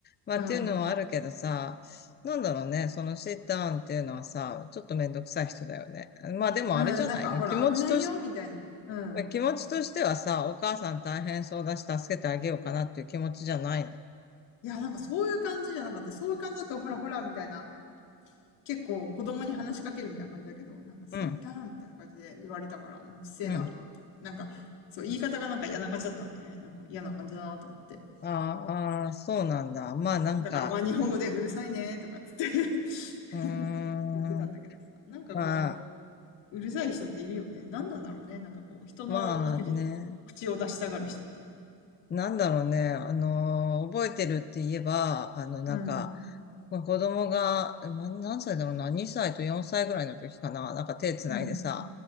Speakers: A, on the left (about 25°); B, on the left (about 80°).
A: まあっていうのはあるけどさ、
B: うん。
A: なんだろうね、そのシッターンっていうのはさ、ちょっとめんどくさい人だよね。まあでもあれじゃないの気持ちとし
B: うん、なんか、ほら、危ないよ、みたいな。うん。
A: 気持ちとしてはさ、お母さん大変そうだし、助けてあげようかなっていう気持ちじゃないの。
B: いや、なんかそういう感じじゃなかった。そういう感じだと、ほらほら、みたいな。結構子供に話しかけるみたいな感じだけど、なんか、セイターみたいな感じで言われたから、
A: うん、
B: ううっせえなと思った。
A: うん。
B: なんか、そう、言い方がなんか嫌な感じだったんで、ね、なんか嫌な感じだなと思って。
A: あーあー、そうなんだ。まあなんか、
B: だから、まあ、日本語でうるさいね、とかっつって <laughs>
A: うーん、
B: 言ってたんだけどさ。なんかこ
A: まあ、
B: う、うるさい人っているよね。何なんだろうね。なんかこう、人の育児に口を出したがる人って。
A: まあね、なんだろうね、あのー覚えてるって言えば、あの、なんか、
B: うん、
A: まあ、子供が、な何歳だろうな、2歳と4歳ぐらいの時かな、なんか手つないでさ、
B: うん、